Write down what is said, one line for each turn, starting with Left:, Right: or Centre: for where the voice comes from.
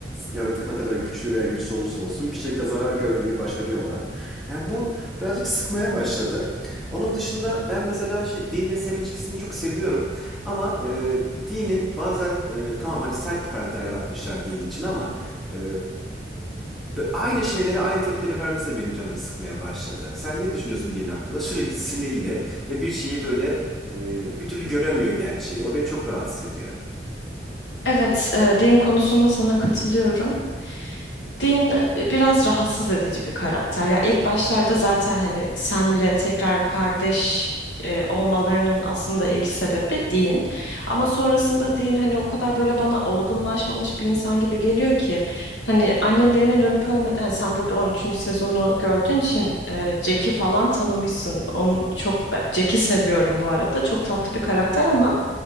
Centre: yaratık ne kadar güçlü veya güçsüz olursa olsun bir şekilde zarar görmeyi başarıyorlar. Yani bu birazcık sıkmaya başladı. Onun dışında ben mesela şey dinle Sam ilişkisini çok seviyorum. Ama e, Dean'in bazen e, tamam hani sert bir karakter yaratmışlar Dean için ama e, be- aynı şeylere aynı tepkileri vermesi de benim canımı sıkmaya başladı. Sen ne düşünüyorsun Dean hakkında? Sürekli sinirli ve bir şeyi böyle e, bir türlü göremiyor gerçeği. O beni çok rahatsız ediyor.
Left: Evet, e, din konusunda sana katılıyorum. Dean e, biraz rahatsız edici bir karakter. Ya ilk başlarda zaten hani Sam'le tekrar kardeş e, olmalarının aslında ilk sebebi Dean. Ama sonrasında Dean hani o kadar böyle bana olgunlaşmamış bir insan gibi geliyor ki hani annelerinin ölüp ölmeden sen burada on üçüncü sezonu gördüğün için e, Jack'i falan tanımışsın. Onu çok ben- Jack'i seviyorum bu arada. Çok tatlı bir karakter ama